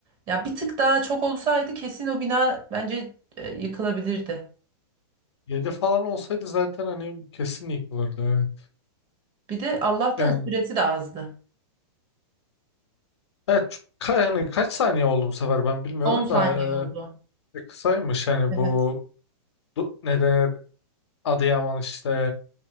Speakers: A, on the right; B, on the left.
A: Ya bir tık daha çok olsaydı kesin o bina bence e, yıkılabilirdi.
B: 7 falan olsaydı zaten hani kesin yıkılırdı. Evet.
A: Bir de Allah'tan
B: Yani,
A: süresi de azdı.
B: evet, ç- ka- yani kaç saniye oldu bu sefer ben bilmiyorum
A: 10 saniye
B: da
A: oldu.
B: e, kısaymış yani
A: Evet.
B: bu neden Adıyaman işte